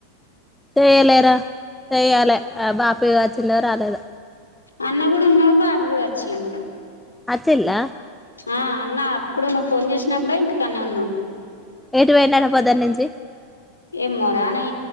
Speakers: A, in the centre; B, on the left.
A: చెయలేరా చెయ్యాలి ఆ బాపయ్య గచ్చిండో రాలేదో
B: అన్న కూడా ఉన్నాడు బాబు కూడా వచ్చిండు
A: అచ్చలా
B: ఆ అన్న అప్పుడు నువ్వు ఫోన్ చేసినప్పుడే ఇంటికాన్న ఉన్నాడు
A: ఎటుపోయినారు పొద్దునుంచి
B: ఏ మొరాని